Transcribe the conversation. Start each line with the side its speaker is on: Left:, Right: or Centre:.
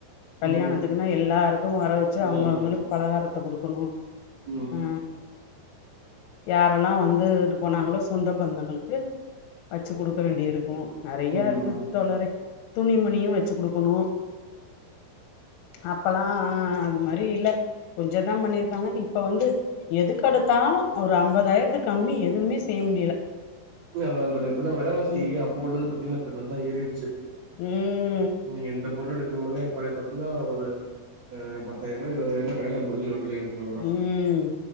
Left: கல்யாணத்துக்குன்னா
Right: ம்
Left: எல்லாருக்கு வர வச்சு
Right: அதா
Left: அவங்கவுங்களுக்கு
Right: அதா
Left: பலகாரத்த குடுக்கணு
Right: ம்
Left: அ ஆ யாரெல்லா வந்துட்டு போனாங்களோ சொந்த பந்தங்களுக்கு வச்சு குடுக்க வேண்டி இருக்கு நெறைய
Right: ம்
Left: இருக்கு தோழரே துணிமணியு வச்சு குடுக்கணு அப்பல்லா அது மாரி இல்ல கொஞ்சதா பண்ணிருக்காங்க இப்ப வந்து எதுக்கெடுத்தாலு ஒரு ஐம்பதாயிரத்து கம்மி எதுவுமே செய்ய முடியல
Right: இல்ல அதா தோழி இப்பெல்லா வெலவாசி
Left: ம்
Right: அப்போ உள்ளது பாத்தீங்கனா இப்ப நல்லா ஏறிடுச்சு
Left: ம்
Right: நீங்க எந்த பொருள் எடுக்கணுமாலேப்பற பாத்தீங்கன்னா ஒரு ஆ பத்தாயிருப இருபாயிரல வேல முடிஞ்சிடு கல்யாண செலவெல்ல
Left: ம்